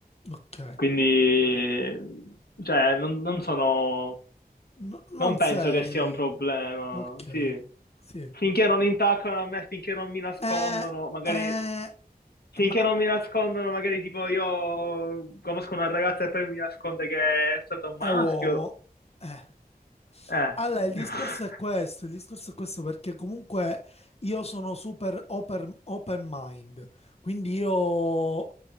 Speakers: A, on the left (about 40°); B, on the left (about 80°).
A: Ok.
B: Quindi, cioè, non, non sono,
A: No- non
B: non penso
A: sei...
B: che sia un problema,
A: Ok.
B: sì.
A: Sì.
B: Finché non intaccano a me, finché non mi nascondono,
A: Eh,
B: magari
A: eh,
B: sì,
A: ma
B: che non mi nascondono, magari tipo io conosco una ragazza e poi mi nasconde che è stato un
A: è
B: maschio.
A: uomo. Eh.
B: Eh.
A: Allora, il discorso
B: <laughs>
A: è questo, il discorso è questo perché comunque io sono super open, open mind, quindi io